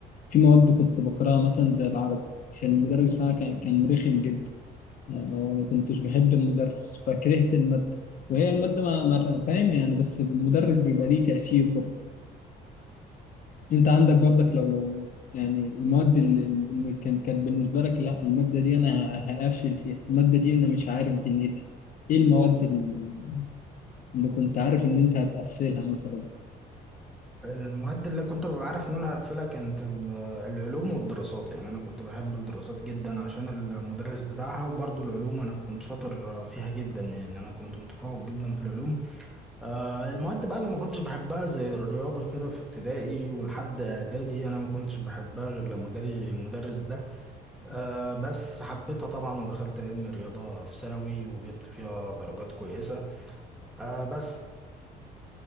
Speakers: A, on the left (about 55°); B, in the centre.
A: في مواد كنت بكرهها مثلا زي العربي عشان المدرس بتاعها كان كان رخم جدا يعني هو ما كنتش بحب المدرس فكرهت المادة وهي المادة ما ما فا- فاهم يعني بس المدرس بيبقى ليه تأثير برضه انت عندك برضك لو لو يعني المواد اللي اللي كان كان بالنسبه لك لا الماده دي انا هقفل فيها الماده دي انا مش عارف دنيتي ايه المواد اللي اللي كنت عارف ان انت هتقفلها مثلا
B: المواد اللي كنت ببقى عارف إن أنا هقفلها كانت ال- العلوم والدراسات يعني أنا كنت بحب الدراسات جدا عشان المدرس بتاعها وبرضه العلوم أنا كنت شاطر فيها جدا يعني أنا كنت متفوق جدا في العلوم آه، المواد بقى اللي ما كنتش بحبها زي الرياضة كده في ابتدائي ولحد إعدادي أنا ما كنتش بحبها غير لما جالي المدرس ده آه بس حبيتها طبعا ودخلت علم رياضة في ثانوي وجبت فيها درجات كويسة آه بس